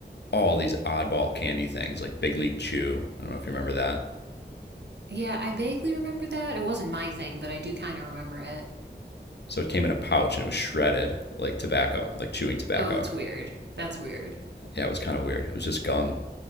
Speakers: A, on the left (about 75°); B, on the right (about 75°).
A: all these oddball candy things, like Big League Chew. I don't know if you remember that.
B: Yeah, I vaguely remember that. It wasn't my thing, but I do kind of remember it.
A: So it came in a pouch and it was shredded like tobacco, like chewing tobacco.
B: Oh, that's weird. That's weird.
A: Yeah, it was kind of weird. It was just gum.